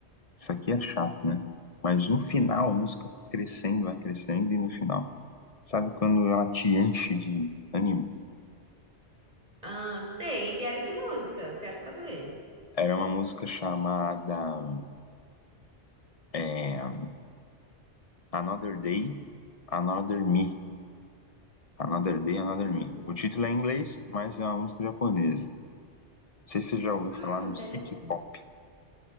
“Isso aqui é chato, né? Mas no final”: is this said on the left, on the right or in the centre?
Left